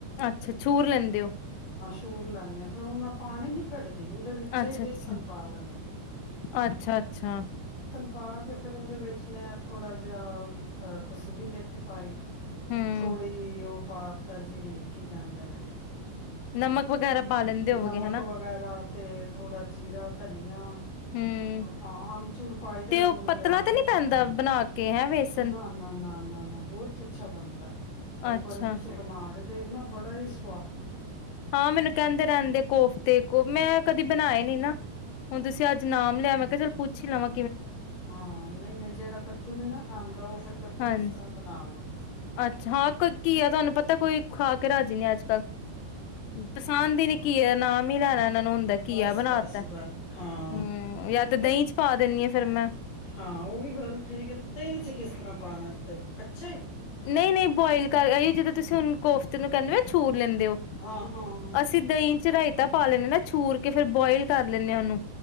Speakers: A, on the left (about 85°); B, on the left (about 25°).
A: ਅੱਛਾ ਛੂਰ ਲੈਂਦੇ ਔ।
B: ਸੂਰ ਲੈਂਣੇ ਆ ਫੇਰ ਹੁਣੈਂ ਪਾਣੀ ਨੀ ਕੱਢ ਦੇ ਉਹਦੇ ਵਿੱਚੇ
A: ਅੱਛਾ
B: ਈ ਵੇਸਨ
A: ਅੱਛਾ
B: ਪਾ ਲੈਣੇ ਆਂ।
A: ਅੱਛਾ ਅੱਛਾ।
B: ਪਾ ਕੇ ਫੇਰ ਔਦੇ ਵਿੱਚ ਮੈਂ ਥੋੜਾ ਜਿਹਾ ਅਹ ਕਸੂਰੀ ਮੇਥੀ ਪਾਈ।
A: ਹੂੰ
B: ਥੋੜੀ ਔ ਪਾਤਾ ਜੀ ਕੀ ਕੈੰਦੇ ਨੇ
A: ਨਮਕ। ਵਗੈਰਾ ਪਾ ਲੈਂਦੇ ਹੋਵੋਗੇ
B: ਨਮਕ
A: ਹਨਾ
B: ਵਗੈਰਾ ਤੇ ਥੋੜਾ ਜੀਰਾ ਧਨੀਆ।
A: ਹੂੰ
B: ਹਾਂ, ਆੰਬ ਚੂੜ ਪਾਈ ਦੈ
A: ਤੇ
B: ਅੱਜ
A: ਉਹ
B: ਮੈਨੂੰ
A: ਪਤਲਾ
B: ਯਾਦ
A: ਤੇ
B: ਨੀ
A: ਪੈਂਦਾ
B: ਰਯਾ।
A: ਬਣਾ ਕੇ ਹੈ ਵੇਸਨ
B: ਨਾ ਨਾ ਨਾ ਨਾ। ਬੌਤ ਅੱਛਾ ਬਣਦੈ। ਇੱਕ
A: ਅੱਛਾ
B: ਵਾਰੀ ਤੁਸੀਂ ਬਣਾ ਕੇ ਦ ਦੇਖਣਾ ਬੜਾ ਈ ਸ
A: ਹਾਂ ਮੈਨੂੰ ਕਹਿੰਦੇ ਰਹਿੰਦੇ ਕੋਫਤੇ ਉ ਮੈਂ ਕਦੀ ਬਣਾਏ ਨੀ ਨਾ ਹੁਣ ਤੁਸੀਂ ਅੱਜ ਨਾਮ ਲਿਆ ਮੈਂ ਕਿਹਾ ਚੋਲ ਪੁੱਛ ਲਵਾ
B: ਹਾਂ ਨਹੀਂ-ਨਹੀਂ ਜਿਹੜ ਕੱਦੂ ਨਹੀਂ ਨਾ ਖਾਂਦਾ ਉਹ ਫੇਰ ਕੱਦੂ
A: ਹਾਂਜੀ
B: ਇਸ ਤਰ੍ਹਾਂ ਬਣਾ ਲੋ ਤੁਸੀਂ
A: ਅੱਛਾ ਹਾਂ ਕੋਈ ਘੀਆ ਤੁਹਾਨੂੰ ਪਤਾ ਕੋਈ ਖਾ ਕੇ ਰਾਜੀ ਨਹੀਂ ਅੱਜ-ਕੱਲ ਪਸੰਦ ਹੀ ਨੀ ਘੀਆ ਤੇ ਨਾਮ ਹੀ ਲੈਣਾ ਇਹਨਾਂ ਨੂੰ ਹੁੰਦਾ ਘੀਆ
B: ਬਸ-ਬਸ-ਬਸ
A: ਬਣਾ ਤਾ
B: ਹਾਂ,
A: ਹੂੰ ਜਾਂ ਤੇ
B: ਉਹ
A: ਦਹੀਂ ਚ ਪਾ ਦਿੰਦੀ ਆ ਫੇਰ ਮੈਂ
B: ਹਾਂ ਉਹ ਵੀ ਗੱਲ ਠੀਕ ਹੈ, ਦਹੀਂ ਚ ਕਿਸ ਤਰ੍ਹਾਂ ਪਾਣਾ ਤੇ <unintelligible>
A: ਨਹੀਂ ਨਹੀਂ ਬੋਇਲ ਕਰ ਜਦੋਂ ਤੁਸੀਂ ਹੁਣ ਕੋਫਤੇ ਨੂੰ ਕਹਿੰਦੇ ਹੋ ਛੂ ਲੈਂਦੇ ਹੋ
B: ਹਾਂ ਹਾਂ ਹਾਂ
A: ਅਸੀਂ ਦਹੀਂ ਅਸੀ ਰਾਾਈਤਾਂ ਪਾ ਲੈਂਦੇ ਨਾ ਛੂਰ ਕੇ ਫੇਰ ਬੁਇਲ ਕਰ ਲੈਂਦੇ ਆ ਉਹਨੂੰ